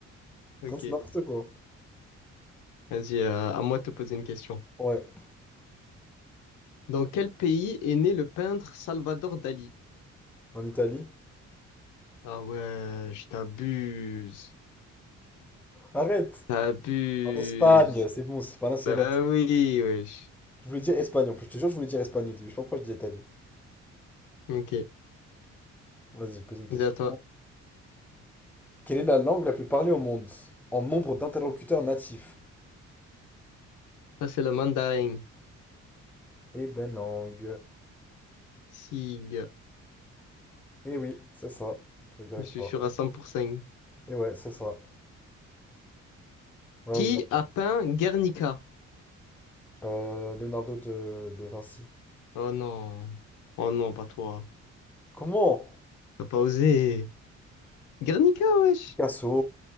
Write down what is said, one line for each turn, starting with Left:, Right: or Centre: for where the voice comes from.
Left: Ok.
Centre: Vraiment, C'est n'importe quoi.
Left: Vas-y, euh, à moi de te poser une question.
Centre: Ouais,
Left: Dans quel pays est né le peintre Salvador Dali?
Centre: en Italie.
Left: Ah ouais, je t'abuse.
Centre: Arrête!
Left: T'abuses.
Centre: En Espagne, c'est bon, c'est pas l'un, c'est
Left: Ben
Centre: l'autre.
Left: oui, wesh.
Centre: Je voulais dire Espagne en plus, je te jure, je voulais dire Espagne au début. Je sais pas pourquoi je dis Italie.
Left: Ok,
Centre: Vas-y, je pose une question.
Left: Vas-y à toi.
Centre: Quelle est la langue la plus parlée au monde en nombre d'interlocuteurs natifs?
Left: Ça, c'est le mandarin.
Centre: Et Benang.
Left: Sig.
Centre: Et oui, c'est ça. Je rigole
Left: Je
Centre: avec
Left: suis
Centre: toi.
Left: sûr à 100%.
Centre: Et ouais, c'est ça. Vas-y.
Left: Qui
Centre: à toi.
Left: a peint Guernica?
Centre: Euh, Leonardo de, de Vinci.
Left: Oh non. Oh non, pas toi.
Centre: Comment?
Left: T'as pas osé. Guernica, wesh.
Centre: Picasso!